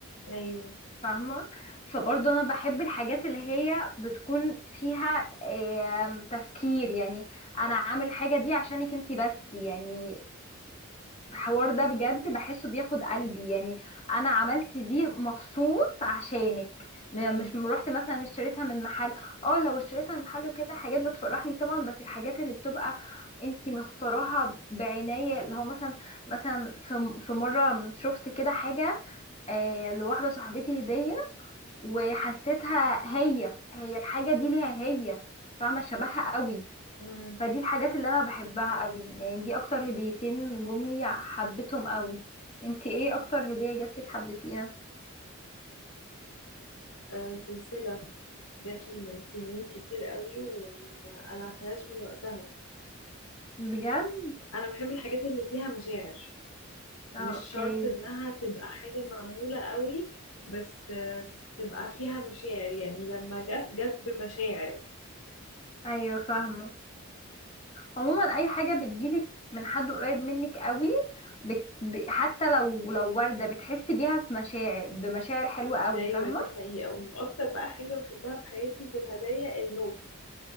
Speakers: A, on the left (about 80°); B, on the left (about 30°).
A: ايوه
B: فاهمه فبرضه انا بحب الحاجات اللي هي بتكون فيها آم، تفكير يعني انا عامل حاجه دي عشانك انتي بس يعني الحوار ده بجد بحسه بياخد قلبي يعني انا عملت دي مخصوص عشانك م-
A: امم
B: مش م- روحت مثلا اشتريتها من محل اه لو اشتريتها من محل وكده حاجات بتفرحني طبعا بس الحاجات اللي بتبقى انتي مختاراها بعناية اللي هو مثلا مثلا في في مرة شفت كده حاجة آه لواحدة صاحبتي هدية وحسيتها هي هي الحاجة دي ليها هي فاهمة شبهها قوي
A: امم
B: فدي الحاجات اللي انا بحبها قوي يعني دي اكتر هديتين جم لي حبيتهم قوي انتي ايه اكتر هدية جاتلك حبيتيها
A: آه سلسله جات لي من سنين كتير قوي وما قلعتهاش من وقتها
B: بجد
A: انا بحب الحاجات اللي فيها مشاعر
B: اه
A: مش
B: اوكي
A: شرط انها تبقى حاجه معموله قوي بس آه تبقى فيها مشاعر يعني لما جت جت بمشاعر
B: ايوه فاهمه عموما اي حاجه بتجيلك من حد قريب منك قوي بت... ب... حتى لو لو ورده بتحسي بيها في مشاعر بمشاعر حلوه قوي
A: ايوه
B: فاهمه
A: دي حقيقه واكتر بقى حاجه بحبها في حياتي في الهدايا النوتس